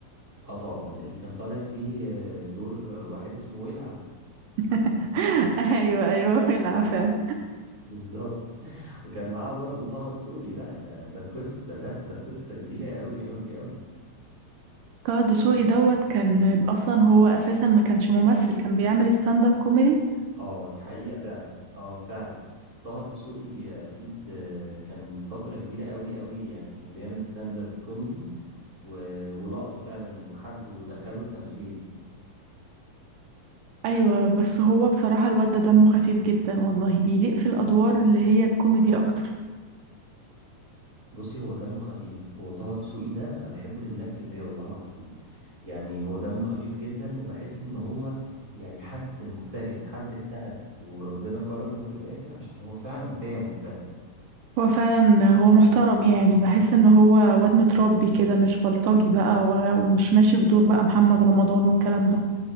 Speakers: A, on the right; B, on the right.
A: اه طبعا اللي كان طالع فيه آه، دور آه، واحد اسمه ولعه
B: <laughs> ايوه ايوه العفو
A: بالظبط <laughs> وكان معاه برضو طه دسوقي لا ده ده قصه ده ده قصه كبيره قوي قوي قوي
B: طه دسوقي دوت كان أصلا هو أساسا ما كانش ممثل كان بيعمل ستاند اب كوميدي
A: اه دي حقيقة فعلا اه فعلا طه الدسوقي اكيد آه، كان فترة كبيرة قوي قوي يعني كان بيعمل ستاندرد كوميدي و- ولقطه فعلا وحد ودخله التمثيل
B: أيوة بس هو بصراحة الواد ده دمه خفيف جدا والله بيليق في الأدوار اللي هي الكوميدي أكتر
A: بصي هو دمه خفيف هو طه دسوقي ده انا بحبه لله في لله والله العظيم يعني هو دمه خفيف جدا وبحس ان هو يعني حد مجتهد حد اجتهد وربنا كرمه في الاخر عشان هو فعلا تعب واجتهد
B: هو فعلا هو محترم يعني بحس ان هو واد متربي كده مش بلطجي بقى و- ومش ماشي في دور بقى محمد رمضان والكلام ده